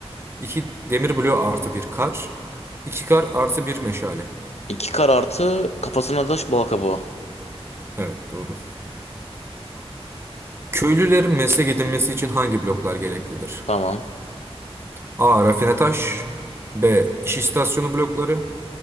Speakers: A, on the right (about 25°); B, on the left (about 85°).
A: 2 demir bloğu artı bir kar, 2 kar artı bir meşale.
B: İki kar artı kafasına da bal kabuğu.
A: Evet doğru. Köylülerin meslek edinmesi için hangi bloklar gereklidir?
B: Tamam.
A: A. Rafine taş, B. İş istasyonu blokları,